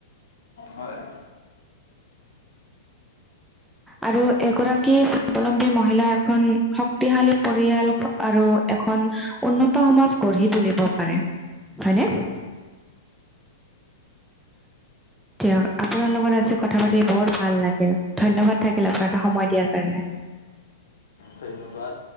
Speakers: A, on the left; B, in the centre.
A: <unintelligible> হয়।
B: আৰু এগৰাকী স্বাৱলম্বী মহিলা এখন শক্তিশালী পৰিয়াল আৰু এখন উন্নত সমাজ গঢ়ি তুলিব পাৰে, হয়নে? দিয়ক আপোনাৰ লগত আজি কথা পাতি বৰ ভাল লাগি লাগিল। ধন্যবাদ থাকিল আপোনালৈ সময় দিয়াৰ কাৰণে।
A: ধন্যবাদ।